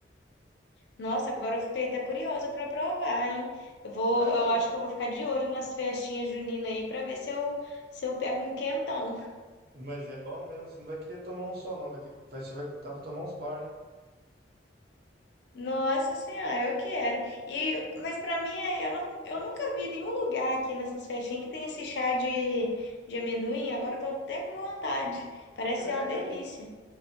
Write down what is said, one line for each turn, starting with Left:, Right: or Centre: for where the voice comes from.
Left: Nossa, agora eu fiquei até curiosa para provar, hein? Eu vou,
Right: Ah,
Left: eu
Right: então,
Left: acho que eu vou ficar de olho nas festinhas juninas aí para ver se eu, se eu pego um quentão.
Right: mas é bom mesmo. Você não vai querer tomar um só, não. Vai ter, que- vai, você vai estar pra tomar uns par, hein?
Left: Nossa Senhora, eu quero. E, mas para mim, é- eu não, eu nunca vi nenhum lugar aqui nessas festinhas que tem esse chá de, de amendoim. Agora eu tô até com vontade. Parece
Right: É,
Left: ser uma delícia.
Right: mas ent-